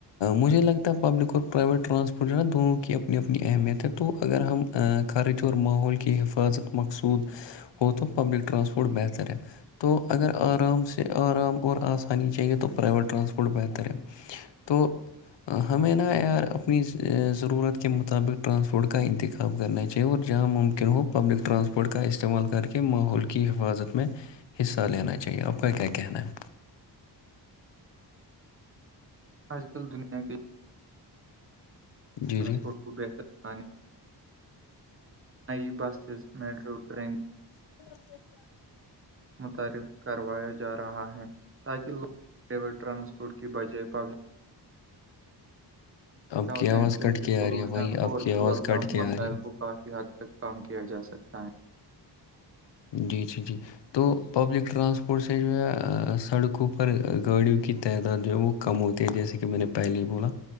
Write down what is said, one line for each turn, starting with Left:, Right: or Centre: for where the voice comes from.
Left: مجھے لگتا ہے پبلک اور پرائیویٹ ٹرانسپورٹ جو ہے نا دونوں کی اپنی اپنی اہمیت ہے تو اگر ہم خرچ اور ماحول کی حفاظت مقصود ہو تو پبلک ٹرانسپورٹ بہتر ہے تو اگر آرام سے آرام اور آسانی چاہیے تو پرائیویٹ ٹرانسپورٹ بہتر ہے تو ہمیں نہا یار اپنی ضرورت کے مطابق ٹرانسپورٹ کا انتخاب خاب کرنا چاہیے اور جہاں ممکن ہو پبلک ٹرانسپورٹ کا استعمال کر کے ماحول کی حفاظت میں حصہ لینا چاہیے آ کو کیا کہنا ہے
Right: اج کل دنیا کے
Left: ہے جی
Right: ٹرانسپورٹ
Left: جی
Right: بہتر س نئی بسز میٹرو ٹرین
Left: ج
Right: متعارف کروایا جا رہا ہے تاکہوگ پی ٹرانسپورٹ کی بجائے پک
Left: آپ
Right: کیا
Left: کی
Right: ہوتاائ
Left: آواز
Right: ٹریفک
Left: کٹ کے
Right: پولوشن
Left: آ رہی ہے بھائی
Right: اور
Left: آپ کی
Right: فیول
Left: آواز
Right: کا
Left: کٹ کے
Right: مسائل
Left: آ رہی
Right: کو کافی حد تک کام کیا جا سکتا ہے
Left: جی جی جی تو پبلک ٹرانسپورٹ سے جو ہے سڑکوں پر گاڑیوں کی تعداد جو ہے وہ کم ہوتی ہے جیسے کہ میں نے پہلے ہی بولا